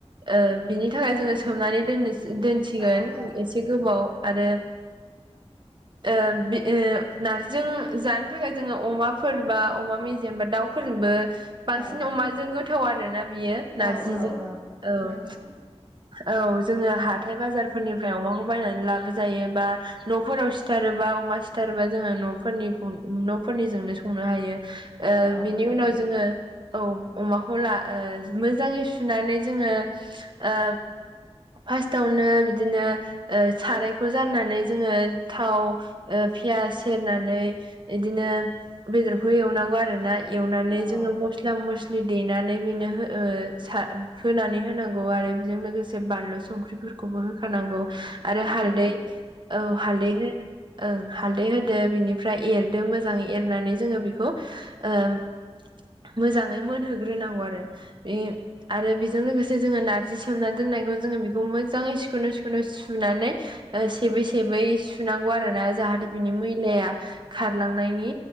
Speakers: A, on the right (about 45°); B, on the left (about 15°).
A: ओ-बिनि थाखाय जोङो सोमनानै दोननो दोनसिगोन
B: औ औ
A: एस से गोबाव आरो। ओ-बि-नारजिजों जानो थाखाय जोङो अमाफोर बा अमा मेजेम बा दाउ। फोरजोंबो बांसिन
B: औ
A: अमाजों गोथाव आरोना बियो। नारजिजों
B: औ औ औ।
A: औ
B: नंगौ
A: औ जोङो हाथाय बाजारफोरनिफ्राय अमाखौ बायनानै लाबोजायो बा नफोराव सि सिथारोबा अमा सिथारोबा जोङो नफोरनि नफोरनिजोंनो संनो हायो। ओ-बिनि
B: औ नंगौ
A: उनाव जोङो औ अमाखौ ला ओ-मोजाङै सुनानै। जोङो ओ फार्स्टावनो बिदिनो सारायखौ जाननानै जोङो थाव। पियास सेरनानै इदिनो बेदरखौ एवनांगौ आर ना। एवनानै
B: औ
A: जोङो मस्ला मस्लि देनानै बेनो ओ-सा होनानै होनांगौ आरो बेजों लोगोसे बानलु संख्रिफोरखौबो होखानांगौ। आरो
B: नंगौ
A: हालदै औ हालदै हो ओं हालदै होदो बिनिफ्राय एरदो मोजाङै एरनानै जोङो बेखौ। ओ-मोजाङै मोनहोग्रोनांगौ आरो बे आरो बेजों लोगोसे जोङो नारजि सोमना दोननायखौ जोङो बेखौ मोजाङै सिखोनाव सिखोनाव सुनानै। ओ सेबै सेबै सुनांगौ आरो ना जाहाथे बिनि मैलाया। खारलांनायनि